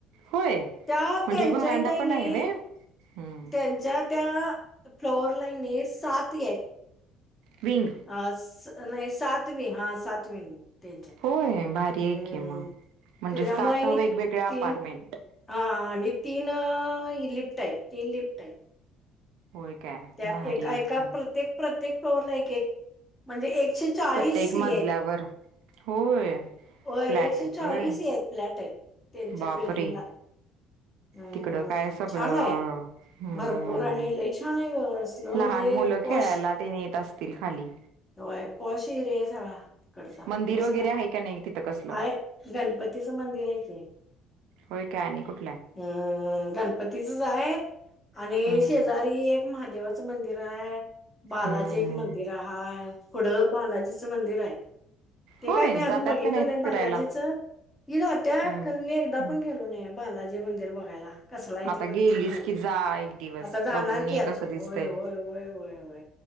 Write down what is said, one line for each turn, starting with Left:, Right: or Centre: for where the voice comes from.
Right: होय.
Left: त्या
Right: म्हणजे
Left: त्यांच्या
Right: घरांडा
Left: इथहीने
Right: पण आहे व्हय हम्म
Left: त्यांच्या त्या फ्लोअरलाईने साथ आहेत
Right: विंग
Left: अ नाही सातवी हा सातवी त्यांच्यात
Right: होय भारी
Left: हम्म
Right: आहे की मग. म्हणजे
Left: त्याच्यामुळे
Right: सात
Left: नि
Right: वेगवेगळ्या अपार्टमेंट
Left: तीन हा आणि तीन लिप्ट आहेत तीन लिप्ट आहेत
Right: हो एक काय
Left: त्या
Right: भारी
Left: एका एका
Right: आहे की मग.
Left: प्रत्येक प्रत्येक टोअरला एक एक म्हणजे एक एकशे चाळीस
Right: प्रत्येक मजल्यावर
Left: आहेत
Right: होय.
Left: हो एकशे
Right: फ्लॅट आहेत
Left: चाळीस
Right: होय
Left: आहेत फ्लॅट आहेत त्यांच्या
Right: बापरे
Left: बिल्डिंगला हम्म
Right: तिकडं काय सगळं
Left: छान आहे
Right: हम्म
Left: भरपूर आणि लय छान आहे असल
Right: लहान
Left: म्हणजे
Right: मुलं
Left: पॉश
Right: खेळायला ते न येत असतील खाली
Left: होय पॉश येरे सगळा करता
Right: मंदिर
Left: मस्त
Right: वगैरे
Left: आहे
Right: का नाही तिथं कसलं?
Left: हाय गणपतीचं मंदिर आहे ते
Right: होय काय आणि कुठलं आहे?
Left: हम् गणपतीचच आहे आणि
Right: हम्म.
Left: शेजारी अरी एक महादेवाचं मंदिर आहे बालाजी
Right: हम्म.
Left: एक मंदिर आहेाय पुढं बालाजीचं मंदिर आहे ते
Right: होय
Left: काय मी अजून
Right: जातात
Left: बघित
Right: का नाहीत
Left: नाही बालाजीच
Right: फिरायला?
Left: ति जत्या
Right: हम्म.
Left: कर मी एकदा
Right: हम्म.
Left: पण गेलो नाही बालाजी मंदिर बघायला कसला आहे
Right: आता
Left: ते बघितलं
Right: गेलीस
Left: नाही
Right: की जा एक दिवस
Left: आता जाणार
Right: बघून
Left: की
Right: ये
Left: आता
Right: कसं दिसतंय.
Left: होय होय होय होय होय